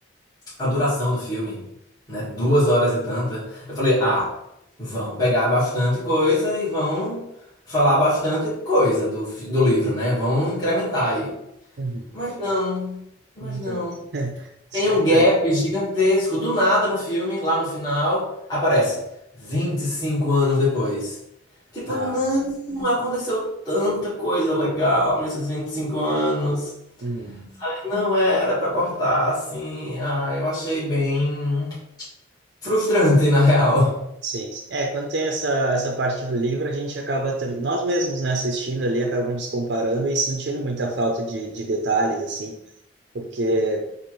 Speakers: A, on the left; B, on the right.
A: a duração do filme, né? Duas horas e tanta. Eu falei, ah, vão pegar bastante coisa e vão falar bastante coisa do, fi- do livro, né? Vão incrementar aí.
B: Uhum.
A: Mas não, mas
B: Não
A: não.
B: tanto. <laughs> Super.
A: Tem um gap gigantesco. Do nada no filme, lá no final, aparece 25 anos depois. Tipo,
B: Ah.
A: não, aconteceu tanta coisa legal nesses 25 anos.
B: Uhum.
A: Não era pra cortar assim. Ah, eu achei bem. Frustrante, na real.
B: Sim. É, quando tem essa, essa parte do livro, a gente acaba também, nós mesmos, né, assistindo ali, acabamos comparando e sentindo muita falta de, de detalhes, assim, porque